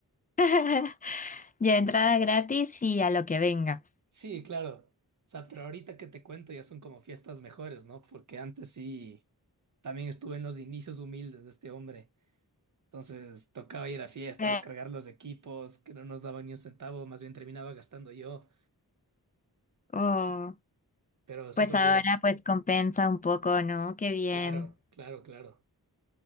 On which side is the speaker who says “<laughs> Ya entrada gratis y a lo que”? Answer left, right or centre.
Left